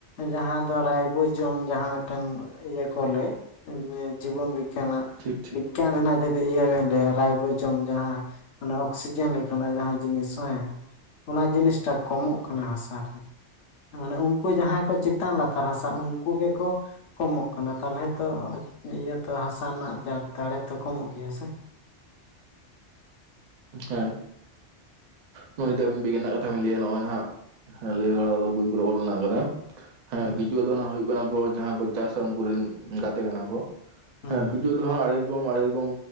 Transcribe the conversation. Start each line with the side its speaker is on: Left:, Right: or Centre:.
Left: ᱡᱟᱦᱟᱸ ᱫᱚ ᱨᱟᱭᱵᱽᱡᱚᱢ ᱡᱟᱦᱟᱸ ᱢᱤᱫᱴᱮᱱ ᱤᱭᱟᱹ ᱠᱚ ᱞᱟᱹᱭ ᱡᱤᱵᱚᱱ ᱵᱤᱜᱽᱜᱟᱱ ᱟᱜ
Right: ᱴᱷᱤᱠᱻᱴᱷᱤᱠ ᱾
Left: ᱮᱠᱮᱱ ᱡᱩᱫᱤ ᱤᱭᱟᱹ ᱵᱮᱱ ᱞᱟᱹᱭᱟ ᱨᱟᱭᱵᱚ ᱡᱚᱢ ᱡᱟᱦᱟᱸ ᱚᱱᱟ ᱚᱠᱥᱤᱡᱮᱱ ᱚᱱᱟ ᱡᱟᱦᱟᱸ ᱡᱤᱱᱤᱥ ᱦᱮᱸ ᱚᱱᱟ ᱡᱤᱱᱤᱥᱴᱟ ᱠᱚᱢᱚᱜ ᱠᱟᱱᱟ ᱦᱟᱥᱟ ᱨᱮ ᱾ ᱢᱟᱱᱮ ᱩᱱᱠᱩ ᱡᱟᱦᱟᱸᱭ ᱠᱚ ᱪᱮᱛᱟᱱ ᱞᱟᱛᱟᱨᱟ ᱦᱟᱥᱟ ᱩᱱᱠᱩ ᱜᱮᱠᱚ ᱠᱚᱢᱚᱜ ᱠᱟᱱᱟ ᱛᱟᱦᱚᱞᱮ ᱛᱚ ᱤᱭᱟᱹ ᱛᱚ ᱦᱟᱥᱟ ᱨᱮᱱᱟᱜ ᱫᱟᱲᱮ ᱛᱚ ᱠᱚᱢᱚᱜ ᱜᱮᱭᱟ ᱥᱮ ᱾
Right: ᱦᱮᱸ ᱱᱚᱜ-ᱚᱭ ᱟᱵᱤᱱ ᱵᱤᱜᱽᱜᱟᱱᱟᱜ ᱠᱟᱛᱷᱟ ᱵᱮᱱ ᱞᱟᱹᱭᱟ ᱱᱚᱜ-ᱚᱭ ᱱᱟᱦᱟᱜ ᱦᱮᱸ ᱞᱟᱹᱭ <unintelligible> ᱵᱳᱭ ᱠᱚᱨᱮ ᱚᱞ ᱢᱮᱱᱟᱜ ᱠᱟᱫᱟ ᱾ ᱦᱮᱸ
Left: ᱦᱩᱸ
Right: ᱠᱤᱪᱷᱩᱣᱟᱹ ᱫᱚ ᱦᱩᱭᱩᱜ ᱠᱟᱱᱟ ᱠᱚ, ᱡᱟᱦᱟᱸ ᱠᱚ ᱪᱟᱥᱟ ᱩᱱᱠᱩ ᱨᱮᱱ ᱜᱟᱛᱮ ᱠᱟᱱᱟ ᱠᱚ,
Left: ᱦᱩᱸ
Right: ᱦᱮᱸ ᱠᱤᱪᱷᱩᱣᱟᱹ ᱫᱚ ᱦᱟᱜ ᱟᱹᱰᱤ ᱨᱚᱠᱚᱢ ᱟᱹᱰᱤ ᱨᱚᱠᱚᱢ